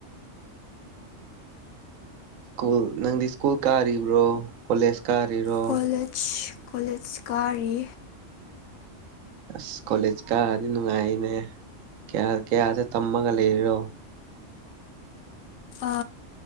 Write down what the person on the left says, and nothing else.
ꯀꯣꯂꯦꯖ ꯀꯣꯂꯦꯖ ꯀꯥꯔꯤ
ꯑ